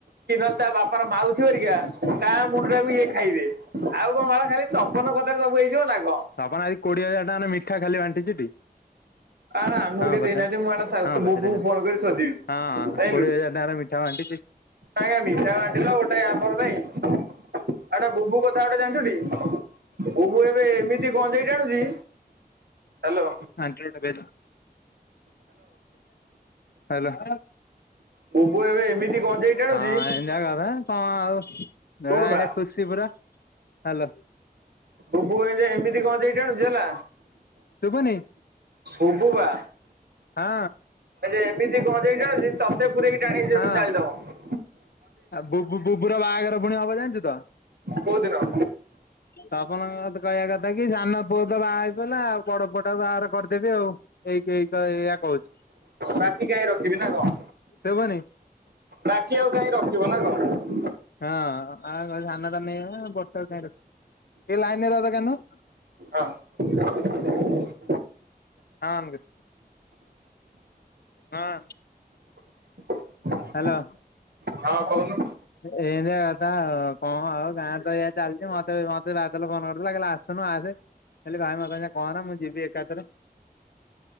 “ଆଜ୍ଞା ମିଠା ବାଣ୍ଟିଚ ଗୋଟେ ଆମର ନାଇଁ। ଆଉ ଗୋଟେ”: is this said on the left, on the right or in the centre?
Right